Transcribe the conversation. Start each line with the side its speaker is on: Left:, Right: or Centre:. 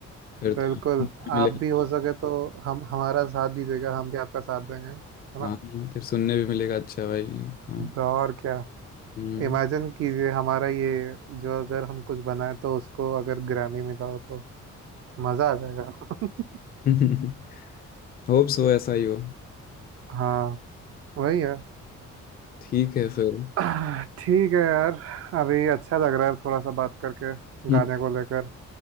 Left: फिर तो
Right: बिल्कुल
Left: सुनने भी मिलेगा
Right: आप भी हो सके तो हम हमारा साथ दीजिएगा हम भी आपका साथ देंगे है
Left: हाँ
Right: ना
Left: फिर सुनने भी मिलेगा अच्छा भाई हाँ
Right: ब्रो, और क्या
Left: हम्म
Right: इमेजिन कीजिए हमारा ये जो अगर हम कुछ बनाए तो उसको अगर ग्रैमी मिला हो तो मज़ा आ जाएगा <laughs>
Left: <laughs> होप सो ऐसा ही हो
Right: हाँ वही है
Left: ठीक है फिर
Right: आह, ठीक है यार अभी अच्छा लग रहा है थोड़ा सा बात करके
Left: <laughs>
Right: गाने को लेकर